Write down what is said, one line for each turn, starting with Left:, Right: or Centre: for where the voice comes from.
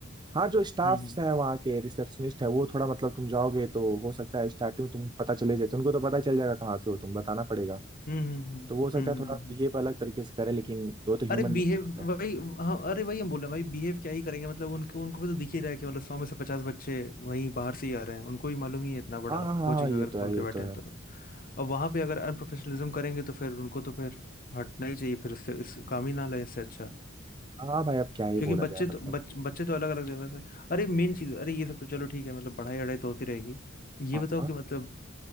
Right: हाँ जो स्टाफ्स
Left: हम्म
Right: हैं वहाँ के रिसेप्शनिस्ट है वो थोड़ा मतलब तुम जाओगे तो हो सकता है स्टार्टिंग में तुम पता चले जैसे उनको तो पता ही चल जाएगा कहाँ से हो तुम बताना पड़ेगा
Left: हम्म हम्म हम्म
Right: तो वो हो सकता
Left: हम्म
Right: है
Left: हम्म,
Right: थोड़ा
Left: हम्म,
Right: बिहेव
Left: हम्म,
Right: अलग तरीके से करे लेकिन वो तो ह्यूमन
Left: अरे
Right: नेचर
Left: बिहेव
Right: होता है
Left: वही हाँ अरे वही हम बोल रहे हैं भाई बिहेव क्या ही करेंगे मतलब उनको उनको भी तो दिख ही रहा है कि मतलब सौ में से पचास बच्चे वहीं बाहर से ही आ रहे हैं उनको भी मालूम ही है इतना बड़ा
Right: हाँ हाँ हाँ
Left: कोचिंग
Right: हाँ, ये
Left: अगर
Right: तो
Left: खोल
Right: है ये
Left: के बैठे
Right: तो
Left: हैं
Right: है
Left: तो अब वहां पे अगर अनप्रोफेशनलिज्म करेंगे तो फिर उनको तो फिर हटना ही चाहिए फिर इससे इस काम ही ना लें इससे अच्छा
Right: हाँ भाई अब क्या ही
Left: क्योंकि
Right: बोला
Left: बच्चे
Right: जाए
Left: तो
Right: मतलब
Left: बच, बच्चे तो अलग अलग जगह से अरे मेन चीज अरे ये सब तो चलो ठीक है मतलब पढ़ाई वढ़ाई तो होती रहेगी ये
Right: हाँ
Left: बताओ
Right: हाँ
Left: कि मतलब